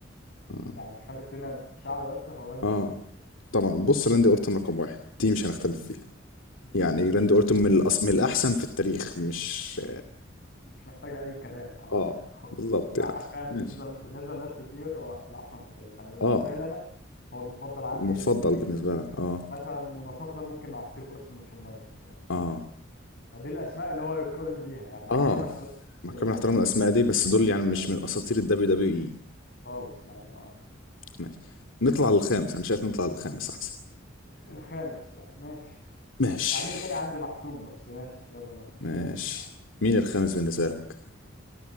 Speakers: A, on the left; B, on the left.
A: اه,
B: يعني يخلي الدنيا تشعل اكتر هو راندي
A: آه.
B: اورتن اكيد
A: طبعا بص راندي اورتون رقم واحد دي مش هنختلف فيها يعني
B: مش هنختلف
A: راندي
B: فيه.
A: اورتون من الأص... من الاحسن في التاريخ مش
B: مش محتاجه اي كلام اه
A: اه
B: يعني خالص
A: بالظبط
B: ده
A: يعني
B: حرفيا بالنسبه
A: ماشي
B: بالنسبه لناس كتير هو الاحسن في التاريخ انا بالنسبه
A: اه
B: لي انا هو المفضل عندي
A: مفضل
B: في التاريخ
A: بالنسبه لك اه
B: مثلا مناصفة ممكن مع ستيف أوستن وشون مايكلز مثلا
A: اه
B: فدي الأسماء اللي هو يقارن بيها يعني مع
A: اه
B: كامل الاحترام
A: مع
B: للموجودين
A: كامل احترام
B: في
A: الاسماء
B: الليستة
A: دي بس
B: دي أكيد
A: دول يعني مش
B: يعني
A: من اساطير الدبليو دبليو اي
B: خالص يعني اه
A: ماشي نطلع للخامس انا شايف نطلع للخامس احسن
B: الخامس يعني ماشي
A: ماشي
B: مع إن التاني عندي محسوم بس ماشي يلا نروح الخامس
A: ماشي مين الخامس بالنسبة لك؟